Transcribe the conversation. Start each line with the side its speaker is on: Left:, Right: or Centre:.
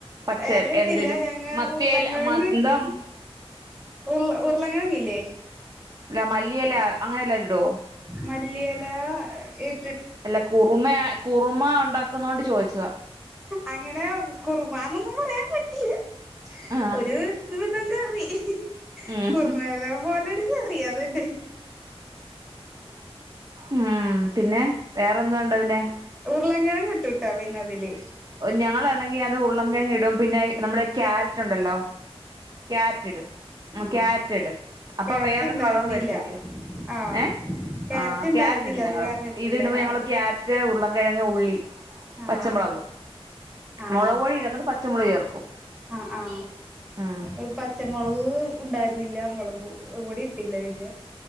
Right: പച്ച
Centre: എലട്ടില്ല
Right: എന്തേലും
Centre: ഞങ്ങ
Right: മത്തിയേൽ
Centre: ഉരുളൻകിഴങ്ങ്
Right: മ എന്തുവാ
Centre: ഉരുള ഉരുളങ്ങെഴങ്ങില്ലേ?
Right: അല്ല മല്ലിയെല അങ്ങനെല്ലോ ഇടുവോ
Centre: മല്ലിയെല എ ഇ
Right: അല്ല കുറുമയാ കുറുമ ഒണ്ടാക്കുന്നോണ്ട് ചോദിച്ച
Centre: അങ്ങനെ കുറുമാന്നൊന്നും പറയാൻ പറ്റില്ല.
Right: ആഹ്
Centre: ഒരു ഒര് വിതം കറി.
Right: ഉം
Centre: കുർമേലെ പോലൊരു കറി അത് ബേത് ഡെ
Right: ഊം പിന്നെ വേറെന്തോണ്ട് പിന്നെ
Centre: ഉരുളൻങ്ങിട്ടുട്ടോ പിന്നതില്
Right: ഞങ്ങളാണെങ്കിൽ അത് ഉരുളംകിഴങ്ങിടും. പിന്നേ യീ നമ്മളെ ക്യാരറ്റ് ഉണ്ടല്ലോ ക്യാരറ്റ് ഇടും
Centre: ആഹ്
Right: ക്യാരറ്റിടും അപ്പൊ
Centre: ക്യാരറ്റ്
Right: വേറൊരു
Centre: ഇണ്ടായിരുന്നില്ല
Right: കളർ വരത്തില്ലയോ
Centre: ആഹ്
Right: ഏഹ് ആ
Centre: ഇണ്ടായിരുന്നില്ല
Right: ക്യാരറ്റ് ഇടും ഞങ്ങള്
Centre: അത് കാരണം ഇട്ടില്ല
Right: ഇത്ടുമ്പോ
Centre: ആഹ്
Right: ഞങ്ങള് ക്യാരറ്റ് ഉള്ള കിഴങ്ങ് ഉള്ളി
Centre: ആഹ്
Right: പച്ചമുളക്
Centre: ആഹ്
Right: മൊളോപൊടി ഇല്ലാത്തോണ്ട് പച്ച പച്ചമൊളക് ചേർക്കും
Centre: ആഹ് ആഹ്
Right: ഉം
Centre: പച്ചമുളക് ഉണ്ടായിരുന്നില്ല മുളക്പൊടീം ഇട്ടില്ല പിന്നെ